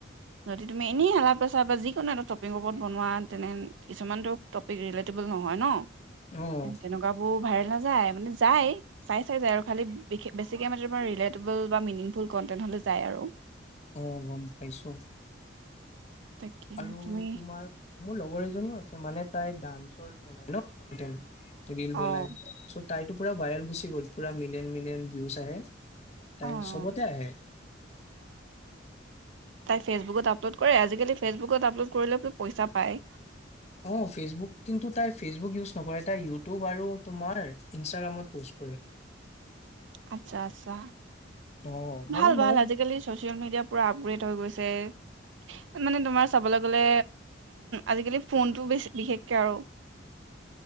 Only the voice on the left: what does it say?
অ',
অহ গম পাইছো
আৰু
তোমাৰ মোৰ লগৰ এ জনীও আছে মানে তাই ডান্সৰ বনাই ন কণ্টেণ্ট ৰীল
বনাই চ তাইতো পুৰা ভাইৰেল গুচি গ'ল পুৰা মিলিয়ন মিলিয়ন ভিউজ আহে
তাই
চবতে আহে
অ ফেচবুক কিন্তু তাই ফেচবুক ইউজ নকৰে তাই ইউটিউব আৰু তোমাৰ ইনষ্টাগ্ৰামত প'ষ্ট কৰে
অ
মানে ময়ো